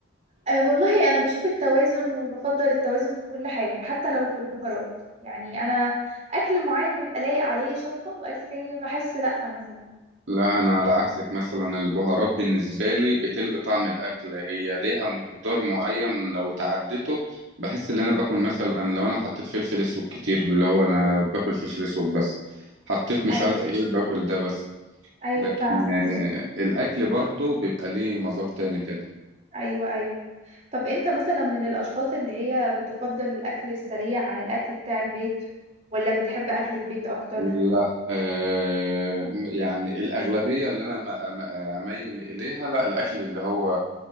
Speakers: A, on the right; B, on the right.
A: أه والله أنا بشوف التوازن وبفضل التوازن في كل حاجة حتى لو في البهارات يعني أنا أكل معين بيبقى لايق عليه شطة وأكل تاني بحس لأ مثلا
B: لا انا على عكسك مثلا البهارات بالنسبه لي بتلغي طعم الاكل هي ليها مقدار معين لو تعدته بحس ان انا باكل مثلا لو انا حطيت فلفل اسود كتير اللي هو انا باكل فلفل اسود بس حطيت مش
A: أيوه
B: عارف ايه باكل ده بس
A: أيوه
B: لكن
A: فعلا
B: آه، الاكل برضو بيبقى ليه مذاق تاني كده
A: أيوه أيوه طب أنت مثلا من الأشخاص اللي هي بتفضل الأكل السريع عن الأكل بتاع البيت ولا بتحب أكل البيت أكتر؟
B: لا آه م- يعني الأغلبية اللي أنا م- أم- أميل إليها لا الأكل اللي هو